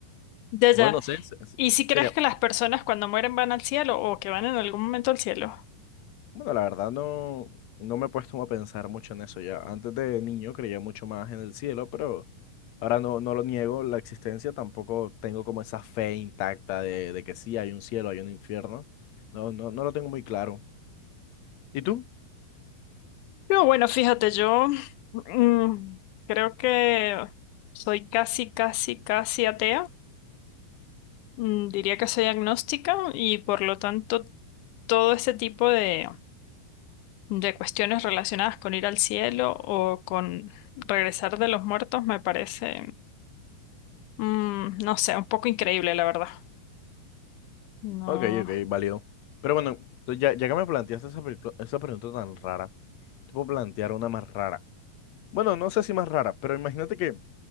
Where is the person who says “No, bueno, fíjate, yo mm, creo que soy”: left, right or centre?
Left